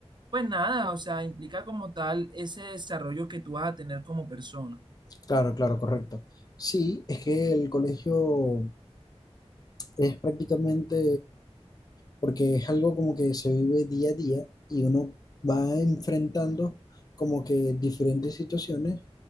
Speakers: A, on the right (about 45°); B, on the left (about 35°).
A: pues nada, o sea, implica como tal ese desarrollo que tú vas a tener como persona.
B: Claro, claro, correcto. Sí, es que el colegio es prácticamente, porque es algo como que se vive día a día y uno va enfrentando como que diferentes situaciones